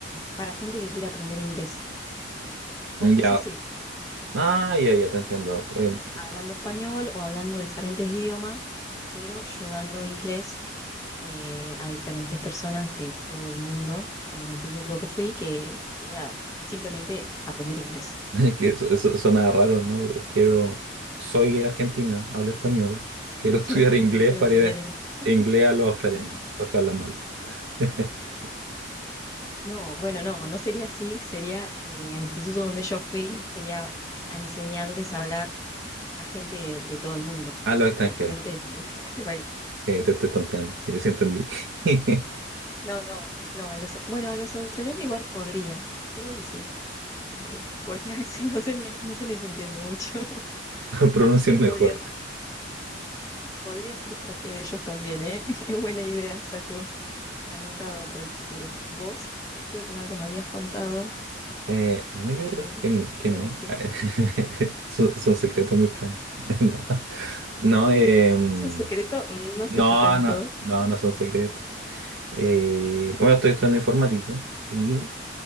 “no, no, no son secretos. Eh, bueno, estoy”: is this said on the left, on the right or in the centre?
Right